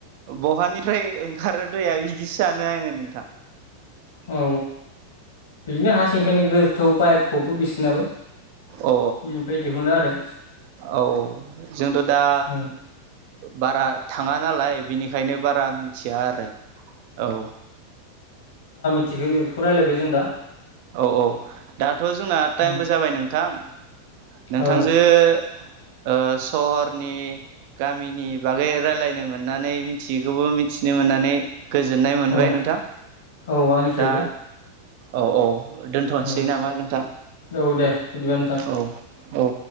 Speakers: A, on the right (about 45°); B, on the left (about 60°).
A: बहानिफ्राय ओंखारो दैाया बिदिस सानो आङो नोंथां।
B: औ बिदिनो हारसिंफ्रायनो गोथौ बायफबबो बिसनाबो बेनिफ्राय
A: औ
B: दिहुनो आरो।
A: औ जोंथ' दा
B: औ
A: बारा थाङा नालाय बिनिख ओंखायनो बारा मिथिया आरो औ।
B: थख बेखौ रायजलायबाय जों दा।
A: औ औ दाथ' जोंना टाइमबो
B: उम
A: जाबाय नोंथां नोंथांजो।
B: औ
A: <inaudible> सहरनि गामिनि बागै रायलायनो मोननानै मिथियैखौबो मिथिनो मोनो होननानै गोजोननाय मोनबाय
B: औ
A: नोंथां
B: औ आंनिफ्रायबो
A: दा औ औ। दोन्थ'नोसै
B: उम
A: नामा नोंथां
B: औ दे बिदिबा नोंथां
A: औ। औ।